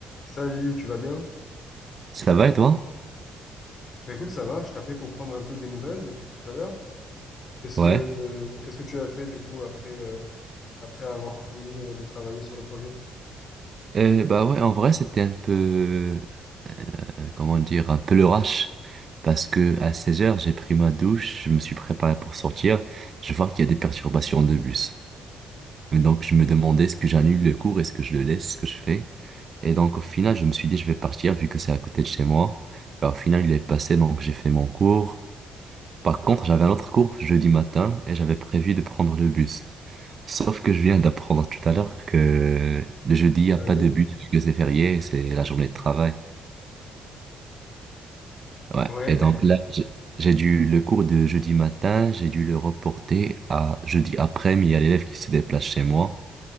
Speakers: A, on the left; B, on the right.
A: Salut, tu vas bien?
B: Ça va et toi?
A: Ben écoute, ça va, je t'appelais pour prendre un peu des nouvelles depuis tout à l'heure. Qu'est-ce
B: Ouais.
A: que euh, qu'est-ce que tu as fait du coup après euh, après avoir fini euh, de travailler sur le projet?
B: Euh, bah ouais, en vrai, c'était un peu, euh, comment dire, un peu le rush. Parce que à 16 heures, j'ai pris ma douche, je me suis préparé pour sortir. Je vois qu'il y a des perturbations de bus. Et donc, je me demandais est-ce que j'annule le cours, est-ce que je le laisse, ce que je fais. Et donc, au final, je me suis dit, je vais partir vu que c'est à côté de chez moi. Bah, au final, il est passé, donc j'ai fait mon cours. Par contre, j'avais un autre cours jeudi matin et j'avais prévu de prendre le bus. Sauf que je viens d'apprendre tout à l'heure que le jeudi, il
A: Ça
B: n'y
A: fait
B: a pas
A: rire.
B: de but, vu que c'est férié, c'est la journée de travail. Ouais.
A: Ouais,
B: Et donc là, j'ai j'ai dû le cours de jeudi matin, j'ai dû le reporter à jeudi après-midi. Il y a l'élève qui se déplace chez moi,